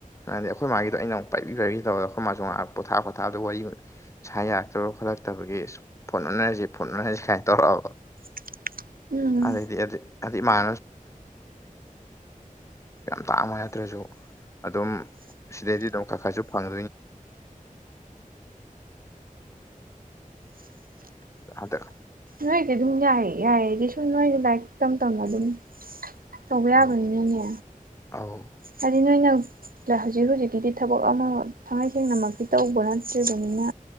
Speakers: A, on the left; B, on the right.
A: ꯌꯥꯗꯦ ꯑꯩꯈꯣꯏ ꯃꯥꯒꯤꯗꯣ ꯑꯩꯅ ꯑꯃꯨꯛ ꯄꯥꯏꯕꯤ ꯄꯥꯏꯕꯤ ꯇꯧꯋꯦ ꯑꯩꯈꯣꯏ ꯃꯥꯁꯨ ꯉꯥꯏꯍꯥꯛ ꯄꯣꯊꯥ ꯄꯣꯊꯥꯕꯗ ꯋꯥꯔꯤ ꯁꯥ ꯌꯥꯔꯛꯇꯕ ꯈꯣꯠꯂꯛꯇꯕꯒꯤ ꯏꯁ ꯐꯣꯟ ꯑꯣꯟꯅꯖꯤ ꯐꯣꯟ ꯑꯣꯟꯅꯔꯖꯤ ꯁꯥꯏꯅ ꯇꯧꯔꯛꯑꯕ
B: <inaudible> ꯎꯝ
A: ꯑꯥꯗꯩꯗꯤ ꯌꯥꯗꯦ <unintelligible> ꯇꯥꯡꯕ ꯅꯠꯇ꯭ꯔꯁꯨ ꯑꯗꯨꯝ ꯁꯤꯗꯩꯗꯤ ꯑꯗꯨꯝ ꯈꯔ ꯈꯔꯁꯨ ꯐꯪ <inaudible>
B: ꯅꯣꯏꯗꯤ ꯑꯗꯨꯝ ꯌꯥꯏꯑꯦ ꯌꯥꯏꯑꯦꯗꯤ ꯁꯨꯝ ꯅꯣꯏꯖꯨ ꯂꯥꯏꯔꯤꯛ ꯇꯝ ꯇꯝꯅ ꯑꯗꯨꯝ ꯇꯧꯕ ꯌꯥꯕꯅꯤꯅꯅꯦ
A: ꯑꯧ ꯑꯧ
B: ꯍꯥꯏꯗꯤ ꯅꯣꯏꯅ ꯗ ꯍꯧꯖꯤꯛ ꯍꯧꯖꯤꯛꯀꯤꯗꯤ ꯊꯕꯛ ꯑꯃ ꯊꯥꯉꯩꯁꯦꯡꯅꯃꯛꯀꯤ ꯇꯧꯕ ꯅꯠꯇ꯭ꯔꯤꯕꯅꯤꯅ